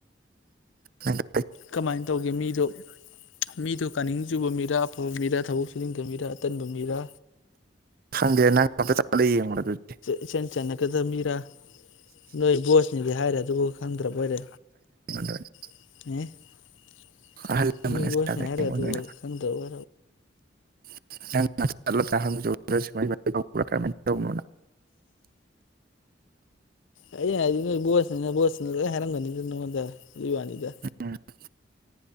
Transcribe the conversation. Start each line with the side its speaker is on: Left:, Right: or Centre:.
Right: ꯎꯝ <unintelligible>
Left: ꯀꯃꯥꯏꯅ ꯇꯧꯒꯦ ꯃꯤꯗꯣ ꯃꯤꯗꯣ ꯀꯥꯅꯤꯡ ꯆꯨꯕ ꯃꯤꯔ ꯑꯐꯕ ꯃꯤꯔꯥ ꯊꯕꯛ ꯁꯨꯅꯤꯡꯗꯕ ꯃꯤꯔ ꯑꯇꯟꯕ ꯃꯤꯔꯥ
Right: ꯈꯪꯗꯦ ꯅꯪ ꯑꯃꯇ ꯆꯠꯂꯤ ꯌꯦꯡꯉꯨꯔ‌ꯣ ꯑꯗꯨꯗꯤ
Left: ꯏꯆꯟ ꯆꯟꯅꯒꯗꯕ ꯃꯤꯔꯥ ꯅꯣꯏ ꯕꯣꯁꯅꯤꯗꯤ ꯍꯥꯏꯔꯦ ꯑꯗꯨꯕꯨ ꯈꯪꯗ꯭ꯔꯕ ꯑꯣꯏꯔꯦ
Right: <unintelligible>
Left: <unintelligible>
Right: ꯑꯍꯜ ꯂꯃꯟꯅ
Left: ꯅ‌ꯣꯏ ꯕ‌ꯣꯁꯅꯤ
Right: ꯁꯥꯒꯠꯂꯦ
Left: ꯍꯥꯏꯔꯒ
Right: ꯑꯩꯉꯣꯟꯗ
Left: ꯑꯗꯨꯕꯥꯎ
Right: ꯑꯣꯏꯅ
Left: ꯈꯪꯗꯥꯕ
Right: ꯇꯅꯣ <unintelligible>
Left: ꯑꯩꯅ ꯍꯥꯏꯗꯤ ꯅꯣꯏ ꯕꯣꯁꯅꯤꯅ ꯕꯣꯁꯅꯤ ꯂꯣꯏ ꯍꯥꯏꯔꯝꯒꯅꯤꯗ ꯅꯉꯣꯟꯗ ꯍꯪꯕꯩ ꯋꯥꯅꯤꯗ
Right: ꯎꯝ